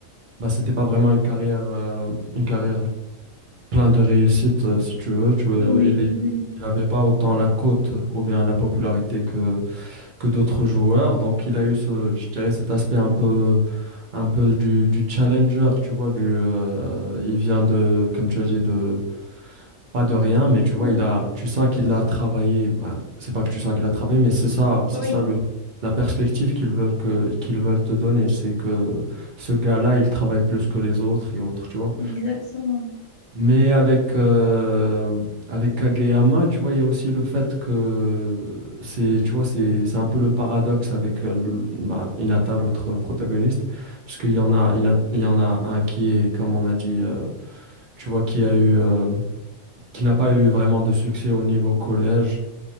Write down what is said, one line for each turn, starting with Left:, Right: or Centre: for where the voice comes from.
Right: bah c'était pas vraiment une carrière euh, une carrière plein de réussite euh, si tu veux tu veux
Left: Oui,
Right: il est-
Left: oui, oui,
Right: il avait pas autant la cote ou bien la popularité que que d'autres joueurs donc il a eu ce je dirais cet aspect un peu un peu du, du challenger, tu vois, du, euh, il vient de, comme tu as dit, de, pas de rien, mais tu
Left: ouais.
Right: vois, il a, tu sens qu'il a travaillé. bah, c'est pas que tu sens qu'il a travaillé, mais c'est ça, c'est
Left: Oui,
Right: ça le, la perspective qu'ils veulent que, qu'ils veulent te donner, c'est que ce gars-là, il travaille plus que les autres et autres, tu vois.
Left: exactement.
Right: Mais avec euh, avec Kageyama, tu vois, il y a aussi le fait que c'est, tu vois, c'est c'est un peu le paradoxe avec euh, le- bah, Hinata, l'autre protagoniste, parce qu'il y en a, il y en a il y en a un qui est, comme on a dit, euh, tu vois, qui a eu euh, qui n'a pas eu vraiment de succès au niveau collège.